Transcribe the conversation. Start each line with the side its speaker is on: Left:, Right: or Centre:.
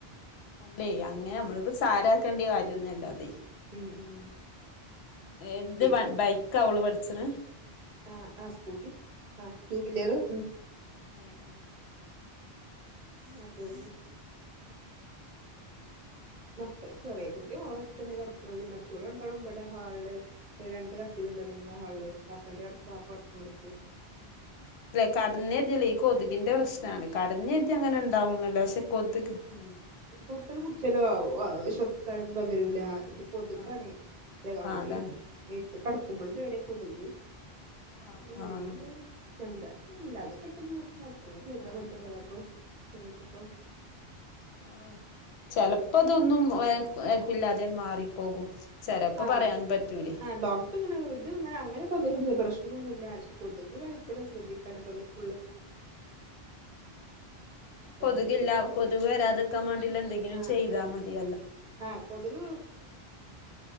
Left: അല്ലേ അങ്ങനെ നമ്മളിപ്പോ സാരക്കേണ്ട കാര്യൊന്നല്ല അതെ
Right: ഉം ഉം
Left: എന്ത്
Right: <unintelligible>
Left: ബൈക്കാ ഓള് പഠിച്ചണ്
Right: ആ ആഹ സ്കൂട്ടി ആഹ ടൂ വീലർ ഉ
Left: ആഹ ആ
Right: അതെ മക്കള് ചെറിയ കുട്ടിയ ഓലടുത്തു തന്നെ കടക്കണുന്നത് മറ്റുള്ളളുണ്ടോളും ഇവിടെ ഹാളില് രണ്ട് കത്തിൽുണ്ടല്ലോ നിങ്ങളെ ഹാളിൽ പപ്പൻ്റെ പാപ്പ പുത്ത കൊടുത്ത്
Left: <unintelligible> ഈ കൊതുകിന്റെ പ്രശ്നം <unintelligible> അങ്ങനെണ്ടാവണല്ലോ പക്ഷെ കൊതുക് ഉ
Right: തൊട്ടൽ കുടിച്ചാലോ ശ്വസിചാലും പകരൂല ഇത് <unintelligible>
Left: ആഹ് ആഹ് അതാണ്
Right: ഏത്ത് കടക്കുമ്പോഴും പേടിയ കൊതുക്
Left: ആഹ്
Right: അങ്ങനെയണ്ട്
Left: ആഹ്
Right: എന്താാത കെട്ട ർക്ക അത്ര കരുതാ
Left: ആഹ്
Right: പറ്റുള്ളത് അപ്പൊ <unintelligible>
Left: ആ ചെിലപ്പോ അതൊന്നുംഏൽക്കുള്ള മാറിപ്പോകും ചെലപ്പോ
Right: ആഹ
Left: പറയാൻ പറ്റൂലേ
Right: ആ ഡോക് നെ ഇത്ങ്ങനെ അങ്ങനെ പകര പ്രശ്നൊന്നുമില്ല പക്ഷെ കൊതുക്ി കളിക്കണം ശ്രദ്ധിക്കാനലെ <unintelligible>
Left: കൊതുക്ില്ല
Right: പറഞ്ഞത്
Left: കൊതുക് വരാതക്കാൻ വേണ്ടി എന്തെങ്കിലും
Right: ആഹ്
Left: ചെയ്താ മതി
Right: ആഹ് കൊതുക്